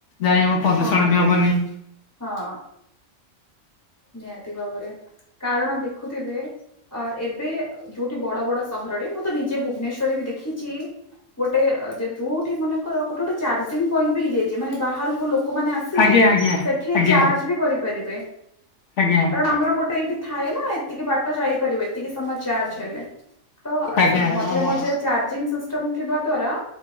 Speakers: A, on the left; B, on the left.
A: ଯାଇବ ପ୍ରଦୂଷଣ
B: ହଁ ହଁ
A: ବି ହବନି।
B: ହଁ। ନିହାତି ଭାବରେ କାରଣ ଦେଖୁଥିବେ ଅ ଏବେ ଯୋଉଠି ବଡ ବଡ ସହରରେ ମୁଁ ତ ନିଜେ ଭୁବନେଶ୍ଵରରେ ବି ଦେଖିଛି ଗୋଟେ ଯୋଉଠି ମନେକର ଗୋଟେ ଗୋଟେ ଚାର୍ଜ ପଏଣ୍ଟ ବି ହେଇଯାଇଛି ମାନେ ବାହାରୁ ଲୋକ ଲୋକମାନେ ଆସିଲେ
A: ଆଜ୍ଞା ଆଜ୍ଞା
B: ସେଠି
A: ଆଜ୍ଞା
B: ଚାର୍ଜ ବି କରିପାରିବେ।
A: ଆଜ୍ଞା
B: କାରଣ ଆମର ଗୋଟେ ଏଇଠି ଥାଏ ନା ଏତିକି ବାଟ ଯାଇପାରିବ ଏତିକି ସମୟ ଚାର୍ଜ ହେଲେ। ତ
A: ଆଜ୍ଞା
B: ସେ ମଝିରେ
A: ଆମର
B: ମଝିରେ ଚାର୍ଜିଂ ସିଷ୍ଟମ ଥିବା ଦ୍ଵାରା